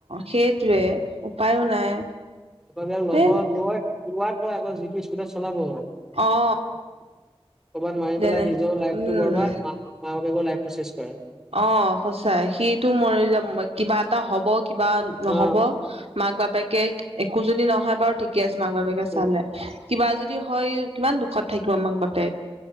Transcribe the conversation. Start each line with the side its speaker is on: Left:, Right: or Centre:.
Right: সেইটোৱে উপায়ো নাই।
Centre: ল'ব
Right: এ
Centre: লৈ লোৱাত আকৌ যিটো স্পীডত চলাব। কবাত
Right: অ
Centre: মাৰি
Right: যেনে
Centre: পেলাই নিজৰ লাইফটো
Right: উম
Centre: বৰবাদ মা মাক বাপেকৰোঁ লাইফটো চেছ কৰে।
Right: অঁ সঁচাই সিটো মৰি যাব কিবা এটা হব কিবা নহব
Centre: অ
Right: মাক বাপেকে একো যদি নহয় বাৰু ঠিকে আছে মাক বাপেকে
Centre: উম,
Right: চালে কিবা যদি হয় কিমান দুখত থাকিব মাক বাপেক।